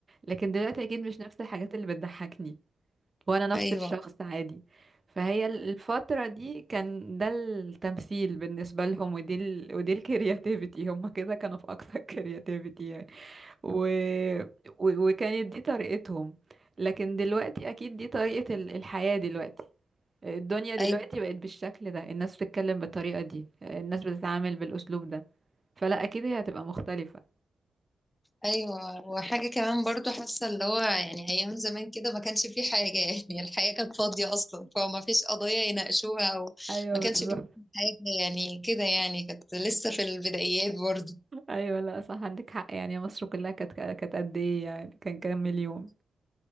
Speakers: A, on the right (about 35°); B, on the left (about 20°).
A: لكن دلوقتي اكيد مش نفس الحاجات اللي بتضحكني وانا نفس
B: ايوه
A: الشخص عادي فهي ال- الفترة دي كان ده التمثيل بالنسبة لهم ودي ال... ودي الكرياتيفيتي هم كده كانوا في اقصى الكرياتيفيتي <laughs> يعني و... و... وكانت دي طريقتهم لكن دلوقتي اكيد دي طريقة ال- الحياة دلوقتي الدنيا دلوقتي
B: ايوه
A: بقت بالشكل ده الناس بتتكلم بالطريقة دي الناس بتتعامل بالاسلوب ده فلا اكيد هي هتبقى مختلفة
B: ايوه وحاجه كمان برضو حاسه اللي هو يعني ايام زمان كده ما كانش في حاجه يعني الحياه كانت فاضيه اصلا فما فيش قضايا يناقشوها او
A: ايوه
B: ما كانش
A: بالظبط
B: في حاجه يعني كده يعني كانت لسه في البدايات برضو
A: ايوه لا صح عندك حق يعني مصر كلها كانت كانت قد ايه يعني كان كام مليون